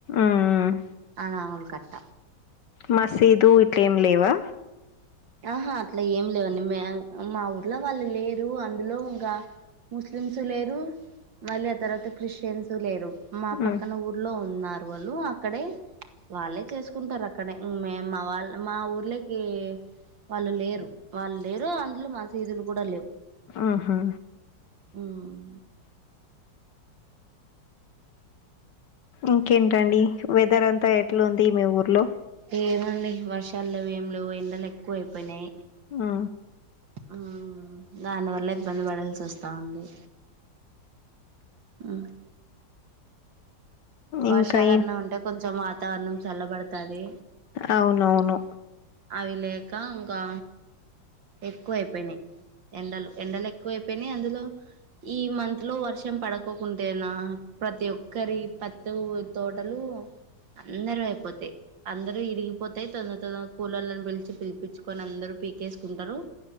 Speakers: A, on the left; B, on the right.
A: ఉమ్
B: ఆ నాగుల్ కట్ట
A: మసీదు ఇట్లేం లేవా
B: ఆహా అట్లా ఏం లేవండి మ మా ఊర్లో వాళ్ళు లేరూ అందులో ఇంగ ముస్లిమ్సు లేరు మళ్ళీ ఆ తర్వాత క్రిస్టియన్సూ లేరు మా
A: మ్మ్
B: పక్కన ఊర్లో ఉన్నారు వాళ్ళు అక్కడే వాళ్ళే చేసుకుంటారు అక్కడే ఊమ్ మే మా వాళ్ మా ఊర్లేకి వాళ్ళు లేరు వాళ్ళు లేరూ అందులో మసీదులు గూడా లేవు
A: ఆహా
B: మ్మ్.
A: ఇంకేంటండి వెదర్ అంతా ఎట్లుంది మీ ఊర్లో
B: ఏమండీ వర్షాలు లేవు ఏం లేవు ఎండలు ఎక్కువ అయిపోయినాయి
A: ఆ
B: ఆ దాని వల్ల ఇబ్బంది పడాల్సి వస్తా ఉంది మ్మ్ వర్షాలన్నా
A: ఇంకా ఏం
B: ఉంటే కొంచెం వాతావరణం చల్లబడుతాది
A: అవునవును
B: అవి లేక ఇంకా ఎక్కువ అయిపోయినయ్ ఎండలు ఎండలు ఎక్కువ అయిపోయినాయి అందులో ఈ మంత్ లో వర్షం పడకోకుంటేనా ప్రతి ఒక్కరి పత్ తో తోటలూ అందరివి అయిపోతాయి, అందరివి విరిగిపోతాయి తొందర తొద కూలోల్లను పిలిచి పిలిపిచ్చుకొని అందరు పీకేసుకుంటారు